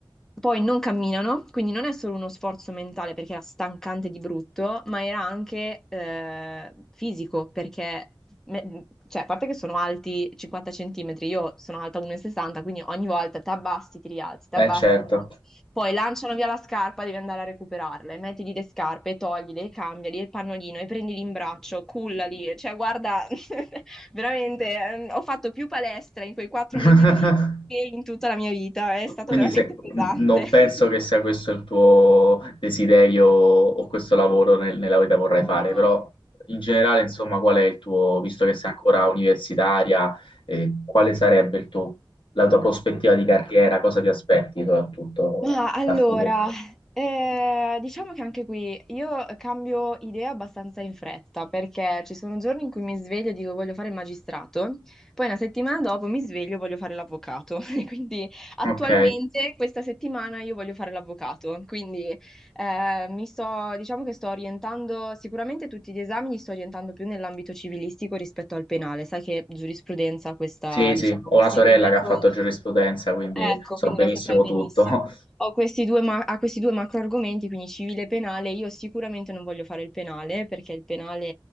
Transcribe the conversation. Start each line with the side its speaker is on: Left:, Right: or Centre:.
Centre: Poi non camminano, quindi non è solo uno sforzo mentale perché era stancante di brutto, ma era anche eh, fisico perché, me- cioè, a parte che sono alti 50 centimetri, io sono alta 1,60, quindi ogni volta ti abbassi, ti rialzi, ti
Left: eh
Centre: abbassi,
Left: certo.
Centre: ti rialzi. Poi lanciano via la scarpa, devi andare a recuperarle, mettili le scarpe, toglile, cambiali il pannolino e prendili in braccio, cullali, cioè guarda, <laughs> Veramente, ehm, ho fatto più palestra in quei quattro
Left: <laughs>
Centre: mesi lì che in tutta la mia vita, è stato
Left: Quindi
Centre: veramente
Left: se-
Centre: pesante.
Left: n- non penso
Centre: <laughs>
Left: che sia questo il tuo desiderio o questo lavoro nel- nella vita vorrai
Centre: No,
Left: fare,
Centre: no.
Left: però in generale, insomma, qual è il tuo, visto che sei ancora universitaria, eh, quale sarebbe il tuo- la tua prospettiva di carriera, cosa ti aspetti soprattutto
Centre: Ma allora,
Left: dal futuro?
Centre: eh, diciamo che anche qui io cambio idea abbastanza in fretta, perché ci sono giorni in cui mi sveglio e dico voglio fare il magistrato, poi una settimana dopo mi sveglio e voglio fare l'avvocato. <laughs> E quindi attualmente
Left: Ok.
Centre: questa settimana io voglio fare l'avvocato, quindi eh, mi sto, diciamo che sto orientando, sicuramente tutti gli esami li sto orientando più nell'ambito civilistico rispetto al penale, sai che giurisprudenza questa,
Left: Sì,
Centre: diciamo,
Left: sì, ho
Centre: questi
Left: una sorella
Centre: due macro
Left: che ha fatto giurisprudenza, quindi
Centre: Ecco,
Left: so
Centre: quindi
Left: benissimo
Centre: lo saprai benissimo.
Left: tutto. <laughs>
Centre: Ho questi due ma- a questi due macro argomenti, quindi civile e penale. Io sicuramente non voglio fare il penale perché il penale